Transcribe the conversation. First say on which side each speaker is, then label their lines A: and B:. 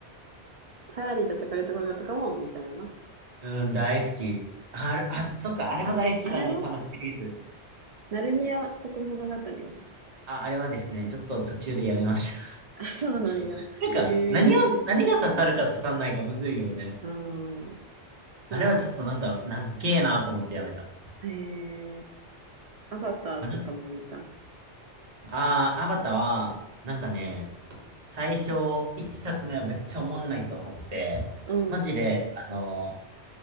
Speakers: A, on the right; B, on the right.
A: チャーリーとチョコレート工場とかも見たよな。
B: <laughs> うん、大好き。あ、あれあそっか、あれも大好きだね、
A: あ、あれは
B: 多分シリーズ。
A: ナルニア国物語は
B: あ、あれはですね、ちょっと途中でやめました。
A: あ、そうなんや。
B: <laughs> なんか、
A: へ
B: 何を、
A: え。
B: 何が刺さるか刺さんないかむずいよね。
A: あーじゃあ、
B: あれはちょっとなんか、なっけえなと思ってやめた。
A: えー、アバターとかも見た
B: あ、なんかあー、アバターは、なんかね、最初、1作目はめっちゃおもんないと思って、
A: うん、
B: マジで、
A: うん、
B: あの、